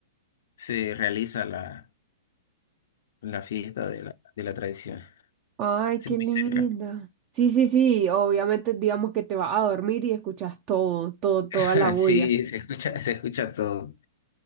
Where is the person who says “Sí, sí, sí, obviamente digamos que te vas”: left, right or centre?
Right